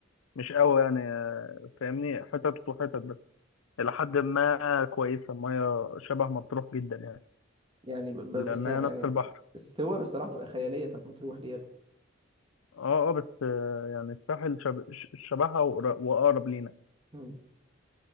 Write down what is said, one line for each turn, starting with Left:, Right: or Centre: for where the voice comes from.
Left: مش قوي يعني آه فاهمني حتت وحتت بس الى حد ما كويسه الميه شبه مطروح جدا يعني
Right: يعني ب... ب-
Left: لانها
Right: بس يعني
Left: نفس البحر
Right: الصور الصراحة تبقى خيالية بتاعت مطروح دي يا ابني
Left: اه اه بس آه يعني الساحل شب... ش- شبهها وقر- واقرب لينا
Right: مم.